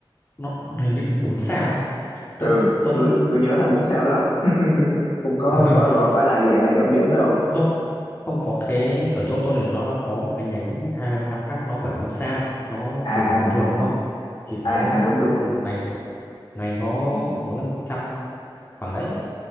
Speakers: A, on the left; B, on the left.
A: nó hình như bốn sao á.
B: ừ
A: tôi tôi
B: tôi
A: không
B: tôi nhớ là bốn sao đó <laughs> không có
A: <laughs>
B: có gọi phải là dạng là dỏm dỏm đâu
A: không không có cái ở chỗ tôi này nó có một cái nhánh A25 hai lăm khác nó không phải bốn sao nó
B: à
A: kiểu bình
B: à à
A: thường thôi chỉ
B: à
A: có
B: à đúng đúng
A: một ngày ngày có
B: Ừ.
A: bốn năm trăm khoảng đấy